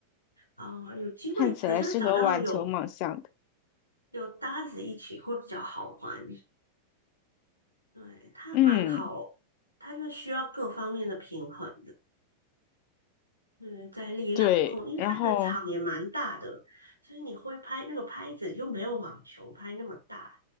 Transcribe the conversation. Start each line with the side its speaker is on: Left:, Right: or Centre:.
Right: 啊、有机会，
Left: 看起来是和网球蛮像的。
Right: 可是要找到有有搭子一起会比较好玩。对，它蛮考，
Left: 嗯。
Right: 它就需要各方面的平衡嗯，在力量的控，
Left: 对，
Right: 因为它的场也蛮大的，
Left: 然后
Right: 所以你挥拍那个拍子又没有网球拍那么大，